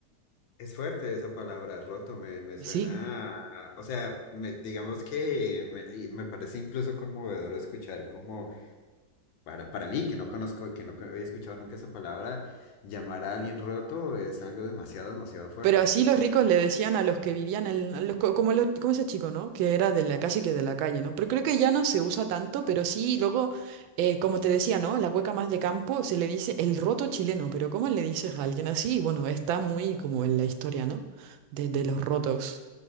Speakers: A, on the left; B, on the right.
A: Es fuerte esa palabra, roto, me, me
B: Sí,
A: suena, a- o sea, me- digamos que me, y me parece incluso conmovedor escuchar como Para, para mí, que no conozco, que no co- había escuchado nunca esa palabra, llamar a alguien roto es algo demasiado, demasiado fuerte.
B: Pero así los ricos le decían a los que vivían en, a los, co- como, los- como ese chico, ¿no? Que era de la, casi que de la calle, ¿no? Pero creo que ya no se usa tanto, pero sí, luego, eh, como te decía, ¿no? La cueca más de campo se le dice el roto chileno, pero ¿cómo le dices a alguien así? Bueno, está muy como en la historia, ¿no? De, de los rotos,